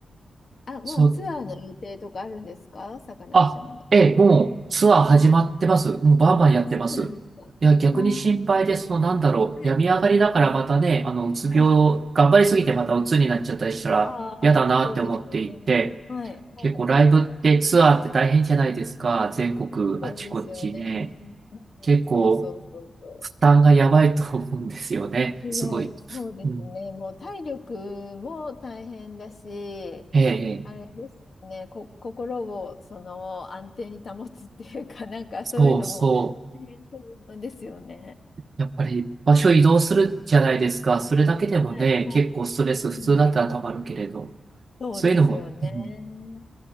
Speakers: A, on the left (about 55°); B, on the right (about 50°).
A: あ、もうツアーの予定とかあるんですかサカナクションの。
B: そう、あ、えー、もうツアー始まってます。もうバンバンやってます。
A: ああ、そうなんですか。ああ、
B: いや、逆に心配で、その、なんだろう、
A: はい、
B: 病み上がりだからまたね、あの、うつ病、
A: はい。
B: 頑張りすぎてまたうつになっちゃったりしたら嫌だなって思っていて、
A: ああ、そうですよね。はい、はい。
B: 結構ライブってツアーって大変じゃないですか。全国あちこちね。
A: そうですよね。うん、
B: 結構
A: そうそうそうそう。
B: 負担がやばいと思うんですよね。
A: すごい、
B: すごい。
A: そうですね。
B: うん。
A: もう体力も大変だし、
B: ええ、ええ
A: あれですよね、こ、心をその安定に保つっていうか、<laughs> なんかそういうのも大変そうですよね。
B: そうそう。やっぱり場所移動するじゃないですか。それだけでもね、
A: はい、はい。
B: 結構ストレス普通だったらたまるけれど。
A: うん、そうですよね。
B: そういうのも、うん、